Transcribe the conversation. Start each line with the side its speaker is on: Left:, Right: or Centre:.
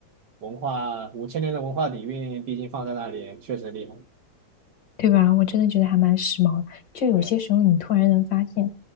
Right: 文化五千年的文化底蕴，毕竟放在那里确实厉害。
Left: 对吧？我真的觉得还蛮时髦的。就有些时候，
Right: 对，
Left: 你突然能发现，